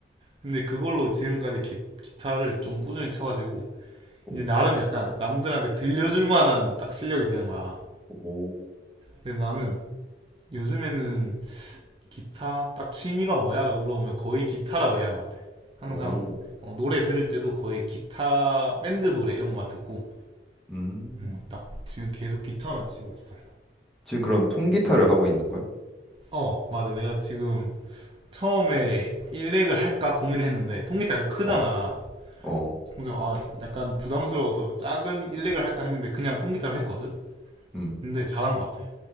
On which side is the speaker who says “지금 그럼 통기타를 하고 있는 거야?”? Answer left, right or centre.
Centre